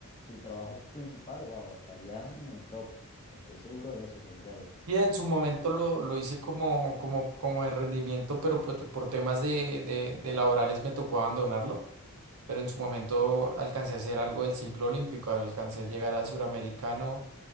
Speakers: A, on the left (about 25°); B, on the right (about 80°).
A: tu trabajo principal, wow, estarías en el top. Estoy seguro de eso, Santiago.
B: Y en su momento lo, lo hice como, como, como en rendimiento, pero por, por temas de, de, de laborales me tocó abandonarlo. Pero en su momento alcancé a hacer algo del ciclo olímpico, alcancé a llegar a suramericano